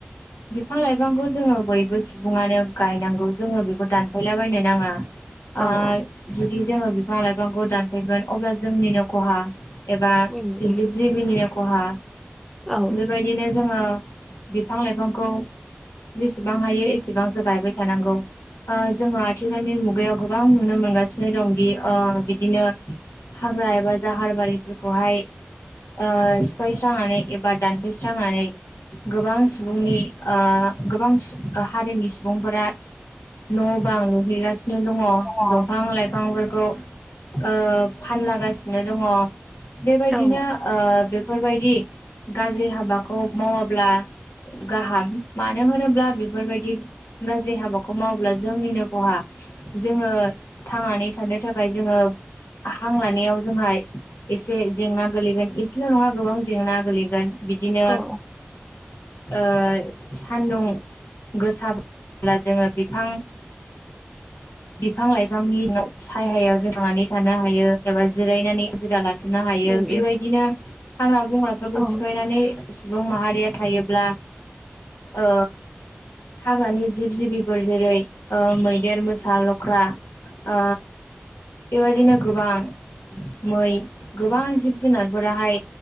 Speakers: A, on the left (about 85°); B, in the centre.
A: बिफां लाइफांखौ जोङो बयबो सुबुङानो गायनांगौ। जोङो बेखौ दानफायलाबायनो नाङा। आ
B: औ
A: जुदि जोङो बिफां लाइफांखौ दानफैगोन अब्ला जोंनिनो खहा एबा
B: उम उम
A: जिब जिबिनिनो खहा।
B: औ
A: बेबायदिनो जोङो बिफां लाइफांखौ जेसेबां हायो एसेबांसो गायबाय थानांगौ। ओ जोङो आथिखालनि मुगायाव गोबां नुनो मोनगासिनो दं दि ओ बिदिनो हाग्रा एबा जाहार बारिफोरखौहाय ओ <unintelligible> स्रांनानै एबा दानफायस्रांनानै गोबां सुबुंनि ओ गोबां सु हारिनि सुबुंफोरा न' बां लुहैगासिनो दङ'
B: औ औ
A: दंफां लाइफांफोरखौ ओ फानलागासिनो दङ'। बेबायदिनो
B: औ
A: ओ बेफोरबायदि गाज्रि हाबाखौ मावाब्ला गाहाम। मानो होनोब्ला बे फोरबायदि गाज्रि हाबाखौ मावोब्ला जोंनिनो खहा। जोङो थांनानै थानो थाखाय जोङो हां लानायाव जोंहा एसे जेंना गोलैगोन एसेल' नङा गोबां जेंना गोलैगोन। बिदिनो
B: औ
A: ओ सान्दुं गोसाब्ला जोङो बिफां बिफां लाइफांनि न' सायहायाव जों थांनानै थानो हायो एबा जिरायनानै जिरा ला थ'नो हायो।
B: उम
A: बेबायदिनो
B: उम
A: हाग्रा बंग्राफोरखौ
B: औ
A: सिफायनानै सुबुं माहारिया थायोब्ला ओ हाग्रानि जिब जिबिफोर जेरै ओ मै मोसा लख्रा ओ बेबायदिनो गोबां मै गोबां जिब जुनारफोराहाय